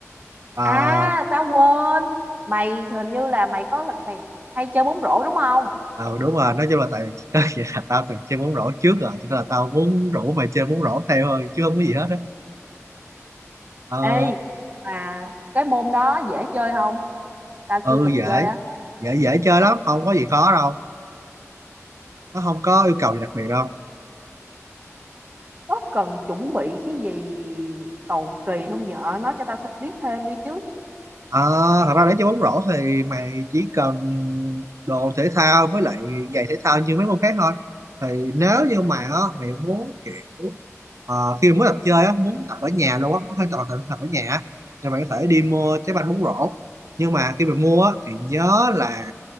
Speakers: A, on the right; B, on the right.
A: à,
B: À, tao quên. Mày hình như là mày có mày hay chơi bóng rổ đúng không?
A: ờ, đúng rồi nói chung là tại <laughs> đó vậy là tao từng chơi bóng rổ trước rồi cho nên là tao muốn rủ mày chơi bóng rổ theo thôi chứ không có gì hết á Ờ,
B: Ê, mà cái môn đó dễ chơi không? Tao
A: ừ
B: chưa từng
A: dễ
B: chơi á
A: dễ dễ chơi lắm không có gì khó đâu nó không có yêu cầu gì đặc biệt đâu
B: có cần chuẩn bị cái gì cầu kỳ không vợ nói cho tao th- biết thêm đi chứ
A: Ờ, thật ra để chơi bóng rổ thì mày chỉ cần đồ thể thao với lại giày thể thao như mấy môn khác thôi thì nếu như mà á, mày muốn kiểu ờ, khi mới tập chơi á, muốn tập ở nhà luôn á muốn hơi tập tập, tập ở nhà á, thì mày có thể đi mua trái banh bóng rổ nhưng mà khi mày mua á, thì nhớ là